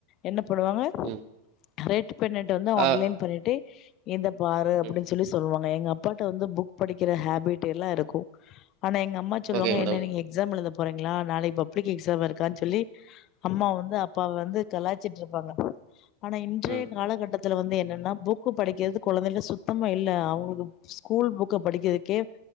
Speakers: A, on the left; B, on the right.
A: என்ன பண்ணுவாங்க
B: ம்
A: ரெட் பெண்ணட்ட வந்து ஒன்லைன்
B: ஆ
A: பண்ணிட்டு இத பாரு அப்டின்னு
B: ம்
A: சொல்லி சொல்லுவாங்க எங்க அப்பாட்ட வந்து புக் படிக்கிற ஹாபிட் எல்லாம் இருக்கும் ஆனா எங்க அம்மா சொல்லுவாங்க
B: ஓகே மேடம்
A: என்ன நீங்க எக்ஸாம் எழுத போறீங்களா நாளைக்கு பப்ளிக் எக்ஸாம் இருக்கான்னு சொல்லி அம்மா வந்து அப்பாவ வந்து கலாய்ச்சிட்டு இருப்பாங்க ஆனா இன்றைய
B: ம்
A: காலகட்டத்துல வந்து என்னன்னா புக்கு படிக்கிறது குழந்தைகள்ட்ட சுத் சுத்தமா இல்ல அவுங்களுக்கு ஸ்கூல் புக்க படிக்கிறதுக்கே